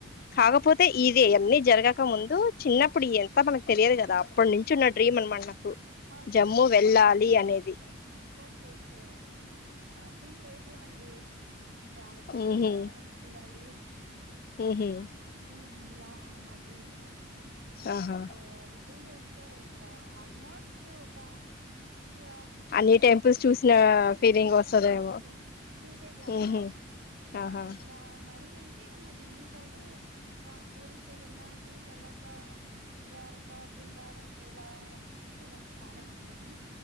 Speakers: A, on the left; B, on the right.
A: కాకపోతే ఇది అన్ని జరగక ముందు. చిన్నప్పుడు ఈ యంత మనకు తెలిదు కదా. అ అప్పటి నుంచి ఉన్న డ్రీమ్ అనమాట.
B: ఓకే
A: జమ్ము
B: ఓకే
A: వెళ్ళాలి అనేది.
B: ఓకే ఓకే నాకేం లేదు అండి. ద్వారకా బృందావనం
A: ఉహు
B: చూడాలి.
A: ఉహు
B: ఉమ్ ఇలా నా డ్రీమ్
A: ఆహా
B: సో అది చూచేస్తే. అంటే ఇంగా ఆల్మోస్ట్ ఒక ఆ
A: అన్ని టెంపుల్స్
B: ఫిఫ్టీ
A: చూసిన
B: సిక్స్టీ పర్సెంట్
A: ఫీలింగ్
B: అన్ని
A: వస్తదేమో
B: టెంపుల్స్ చూ చూసేసాను
A: ఉహు ఆహా
B: ఆ ఇంగా మైన్ అంటే ఇంకా ఢిల్లీ సైడ్ ఆ పూరి జగన్నాథ్ తర్వాత ద్వారకా బృందావన్ ఇలా నాకు కృష్ణుడు అంటే చాలా ఇష్టము.